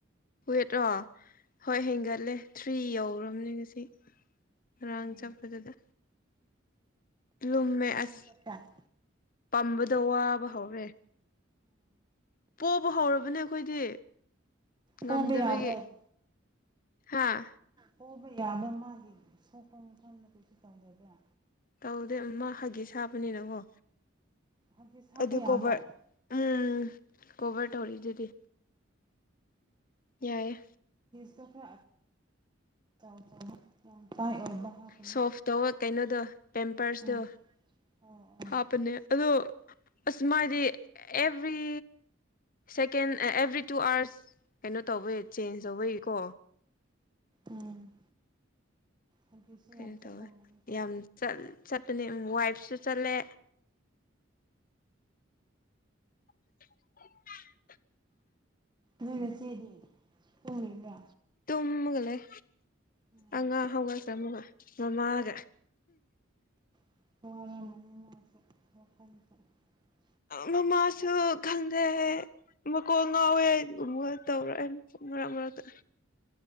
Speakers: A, on the left; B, on the right.
A: ꯋꯦꯠꯔꯣ ꯍꯣꯏ ꯍꯦꯟꯒꯠꯂꯦ ꯊ꯭ꯔꯤ ꯌꯧꯔꯕꯅꯦ ꯉꯁꯤ ꯔꯥꯡ
B: ꯎꯝ
A: ꯆꯠꯄꯗꯨꯗ ꯂꯨꯝꯃꯦ
B: ꯃꯑꯣꯡ
A: ꯑꯁ
B: ꯆꯠꯄ
A: ꯄꯝꯕ ꯗꯋꯥꯕ ꯍꯧꯔꯦ ꯄꯣ ꯕ ꯍꯧꯔꯕꯅꯦ ꯑꯩꯈꯣꯏꯗꯤ ꯉꯝꯗꯕꯒꯤ
B: ꯄꯨꯕ ꯌꯥꯕ
A: ꯍꯥꯥ
B: ꯍꯕ ꯌꯥꯕ ꯃꯥꯒꯤ ꯁꯣꯛꯄ ꯃꯐꯝꯗ ꯀꯩꯁꯨ ꯇꯧꯗꯕ꯭ꯔꯥ
A: ꯇꯧꯗꯦ ꯑꯃ ꯐꯥꯒꯦ ꯁꯥꯞꯄꯅꯤꯅꯪꯀꯣ
B: ꯍꯒꯤꯁ ꯍꯥꯞꯄ
A: ꯑꯗꯨ
B: ꯌꯥꯕ꯭ꯔꯥ
A: ꯀꯣꯚꯔ ꯎꯝ ꯀꯣꯚꯔ ꯇꯧꯔꯤꯗꯨꯗꯤ ꯌꯥꯏꯑ
B: <unintelligible> ꯍꯥꯞꯀꯅꯨ
A: ꯁꯣꯐ ꯇꯧꯕ ꯀꯩꯅꯣꯗꯣ ꯄꯦꯝꯄꯔꯁꯇꯣ
B: ꯎꯝ ꯑꯣ ꯑꯣ
A: ꯍꯥꯞꯄꯅꯦ ꯑꯗꯣ ꯑꯁꯃꯗꯤ every second every two hours ꯀꯩꯅꯣ ꯇꯧꯕꯩ ꯆꯦꯟꯖ ꯇꯧꯕꯒꯤꯀꯣ
B: ꯎꯝ ꯍꯒꯤꯁꯁꯨ
A: ꯀꯩꯅꯣ
B: ꯌꯥꯝ ꯆꯠꯂꯝꯃꯅꯤꯀꯣ
A: ꯇꯧꯋꯦ ꯌꯥꯝ ꯆꯠꯄꯅꯤ ꯋꯥꯏꯐꯁꯨ ꯆꯠꯂꯦ <unintelligible>
B: ꯂꯩꯅꯦ ꯁꯤꯦꯔꯤ ꯎꯔꯗ
A: ꯇꯃꯒ ꯂꯩꯦ
B: ꯎꯝ
A: ꯑꯉ ꯍꯧꯒ ꯆ꯭ꯔ ꯃꯨꯒ ꯃ ꯃꯥꯒ
B: ꯍꯔ
A: ꯃꯃꯥꯁꯨ ꯈꯪꯗꯩꯍꯦ ꯃꯀꯣꯟꯜ ꯉꯥꯎꯋꯦꯒꯨꯝꯕ ꯇꯧꯔꯛꯑꯅꯤ ꯃꯔꯕꯔꯗ